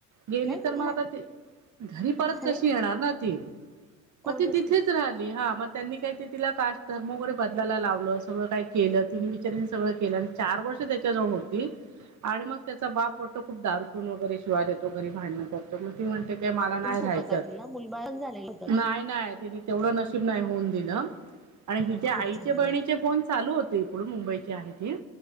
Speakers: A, on the right; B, in the centre.
A: गेली
B: नाही
A: तर
B: पण
A: मग आता घरी परत
B: अरे
A: कशी येणार ना ती मग
B: ऑब्विसली
A: ती तिथेच राहली हा मग त्यांनी काही ते तिला कास्ट धर्म वगैरे बदलायला लावलं सगळं काही केलं तिन बिचारारीनी सगळं केलं आणि चार वर्ष त्याच्याजवळ होती. आणि मग त्याचा बाप वाटतं खूप दारू पिऊन वगैरे शिवाय देतो घरी भांडणं करतो मग ती म्हणते ते मला नाही
B: होतं
A: राहायचं
B: का तिला मुलबाळ पण झालेलं होतं
A: नाही-नाही
B: का?
A: तेवढं नशीब नाही होऊन दिलं आणि
B: हो
A: हिच्या
B: ते खूप
A: आईचे
B: चांगलं
A: बहिणीचे
B: आहे
A: फोन चालू इकडून मुंबईचे आहे ती